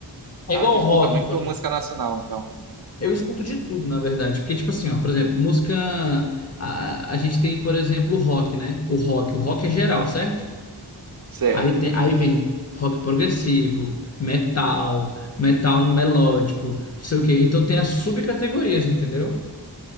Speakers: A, on the left; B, on the right.
A: É
B: Ah,
A: igual
B: tu
A: o
B: escuta
A: rock,
B: muito
A: por... exemplo.
B: música nacional, então.
A: eu escuto de tudo, na verdade. Porque, tipo assim, ó, por exemplo, música. A, a gente tem, por exemplo, o rock, né? O rock. O rock é geral, certo?
B: Certo.
A: Aí, tem... Aí vem rock progressivo, metal, metal melódico, não sei o quê. Então tem as subcategorias, entendeu?